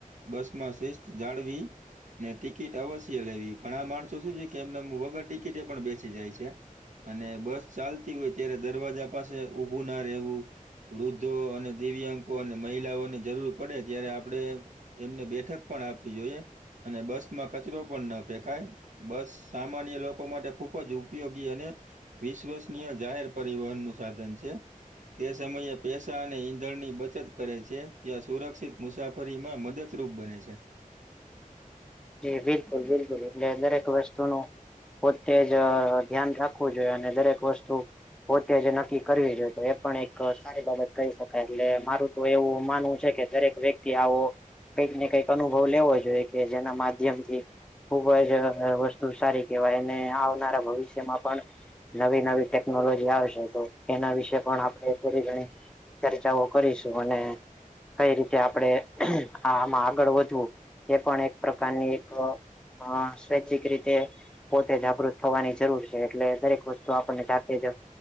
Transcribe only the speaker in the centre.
જી બિલકુલ બિલકુલ એટલે દરેક વસ્તુનું. પોતે જ ધ્યાન રાખવું જોઈએ અને દરેક વસ્તુ- પોતે જે નક્કી કરવી જોઈએ તો એ પણ એક સારી બાબત કહી શકાય એટલે મારું તો એવું માનવું છે કે દરેક વ્યક્તિ આવો કઈક ને કઈક અનુભવ લેવો જોઈએ કે જેના માધ્યમથી- ખુબ જ વસ્તુ સારી કેહેવાય અને આવનારા ભવિષ્યમાં પણ- નવી નવી ટેકનોલોજી આવશે તો એના વિશે પણ આપણે થોડી ઘણી- ચર્ચાઓ કરીશું અને કઈ રીતે આપડે આ આમાં આગળ વધવું એ પણ એક પ્રકારની એક હા સ્વૈચ્છિક રીતે પોતે જાગૃત થવાની જરૂર છે એટલે દરેક વસ્તુ આપને જાતે જ